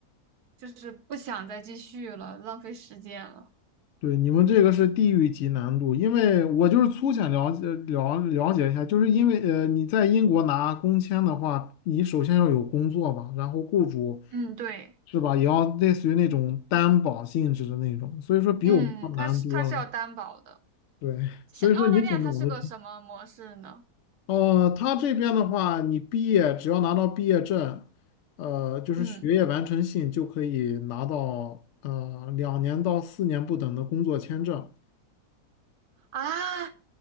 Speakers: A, on the right (about 75°); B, on the left (about 70°).
A: 就是不想再继续了，浪费时间了。
B: 对，你们这个是地狱级难度，因为我就是粗浅了解了了解一下，就是因为呃你在英国拿工签的话，你首先要有工作吧，然后雇主
A: 嗯，对，
B: 是吧，也要类似于那种担保性质的那种，所以说比我们要难多了。
A: 嗯，他是他是要担保的。
B: 对，
A: 像澳大利亚，
B: 所以说你怎么问题？
A: 它是个什么模式呢？
B: 呃，他这边的话，你毕业只要拿到毕业证，呃，就是学业完成信就可以拿到呃两年到四年不等的工作签证。
A: 嗯。啊，